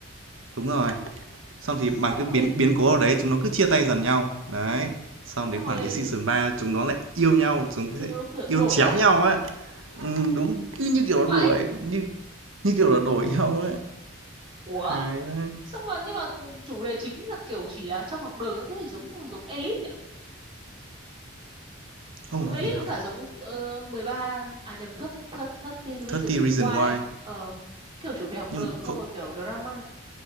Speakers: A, on the right; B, on the right.
A: đúng rồi xong thì bằng
B: xong
A: cái biến
B: rồi
A: biến cố ở đấy chúng nó cứ chia tay dần nhau đấy xong
B: xong
A: đến
B: rồi
A: khoảng đến season 3 chúng nó lại yêu nhau chúng
B: chúng
A: nó sẽ
B: nó kiểu đổi
A: yêu chéo
B: á
A: nhau á ừ, đúng cứ như kiểu là
B: vãi
A: đuổi như như kiểu là đổi nhau á
B: ủa
A: hài quá
B: xong rồi nhưng mà chủ đề chính là kiểu chỉ là trong học đường thế thì giống giống Elite nhỉ
A: không
B: giống
A: nói
B: Elite
A: về học
B: với cả giống uh, 13 à nhầm thất thất thất Teen Reason
A: 30 reason
B: Why
A: why
B: ờ kiểu chủ đề học
A: nhưng
B: đường
A: mà không
B: xong rồi kiểu drama